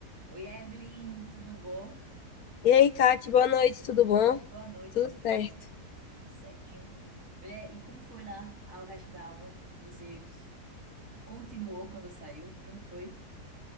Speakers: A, on the right; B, on the left.
A: Oi, Evelyn, tudo bom?
B: E aí, Kate, boa noite, tudo bom?
A: Boa noite,
B: Tudo
A: amiga, tudo
B: certo.
A: bom? Tudo certinho. Mulher, e como foi lá ah, o resto da aula que você continuou quando saiu? Como foi?